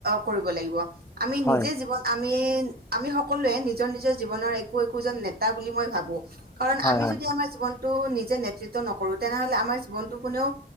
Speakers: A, on the right (about 75°); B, on the left (about 15°).
A: কৰিব লাগিব আমি
B: হয়
A: নিজে জীৱন আমি আমি সকলোৱে নিজৰ নিজৰ জীৱনৰ একো একোজন নেতা বুলি মই ভাবো কাৰণ
B: হয়
A: আমি
B: হয়
A: যদি আমাৰ জীৱনটো নিজ যে নেতৃত্ব নকৰো তেনেহলে আমাৰ জীৱনতটো কোনেও